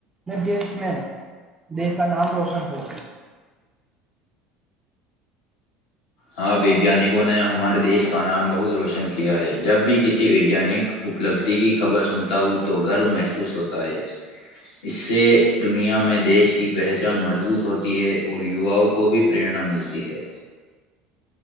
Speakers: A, on the right (about 20°); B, on the left (about 75°).
A: دیش میں دیش کا نام روشن ہو
B: ہاں ویگیانکوں نے ہمارے دیش کا نام بہت روشن کیا ہے جب بھی کسی ویجانک اپلبدھی کی خبر سنتے ہوں تو گرو محسوس ہوتا تا ہے اس سے دنیا میں د دیش کی پہچ چان مضبوط ہوتی ہے اور ووؤں کو بھی پریرنا ملتی ہے